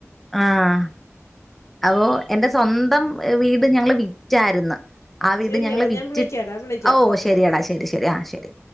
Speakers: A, in the centre; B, on the left.
A: ആഹ് അപോ എന്റെ സ്വന്തം വീട് ഞങ്ങള് വിറ്റാരുന്ന്. ആ വീട്
B: ശരിയെടാ
A: ഞങ്ങള് വിറ്റു
B: ഞാൻ വിളിക്കാടാ വിളിക്കാം
A: ഓ
B: ഓക്കെ
A: ശരിയടാ
B: ഓക്കെ
A: ശരി ശരി ആ ശരി.